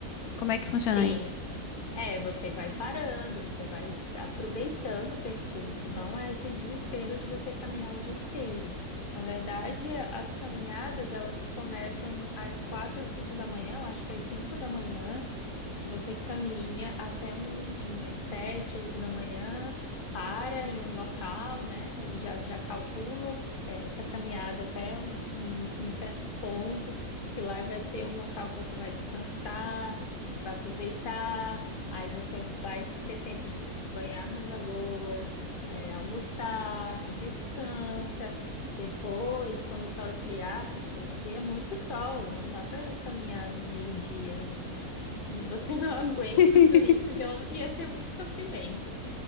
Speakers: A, on the left; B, on the left.
A: Como é que funciona
B: Sim.
A: isso?
B: É, você vai parando, você vai aproveitando o percurso, não é esse desespero de você caminhar o dia inteiro. Na verdade, as caminhadas, elas começam às quatro ou cinco da manhã, eu acho que é às cinco da manhã, você caminha até um, umas sete, oito da manhã, para em um local, né? Eles já, já calculam eh, essa caminhada até um, um- um certo ponto, que lá vai ter um local que você vai descansar, vai aproveitar, aí você vai ter tempo de banhar nas lagoas, eh, almoçar, descansa. Depois, quando o sol esfriar, porque aqui é muito sol, não dá para caminhar meio-dia. Eu Acho que você <laughs> não aguenta
A: <laughs>
B: os turistas, eu- ia ser muito sofrimento.